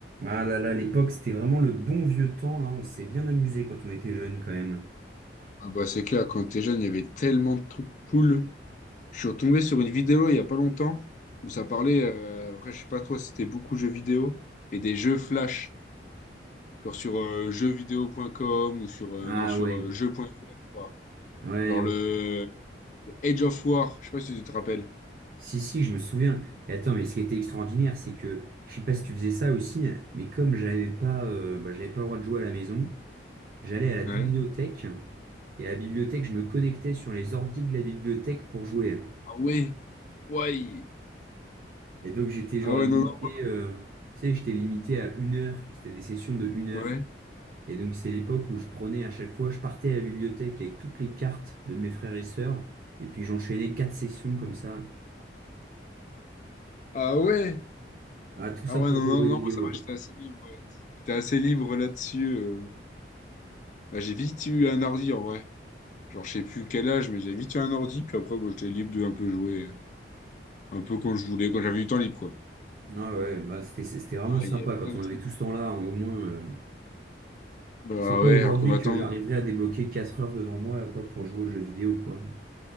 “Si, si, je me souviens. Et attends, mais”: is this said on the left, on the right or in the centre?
Right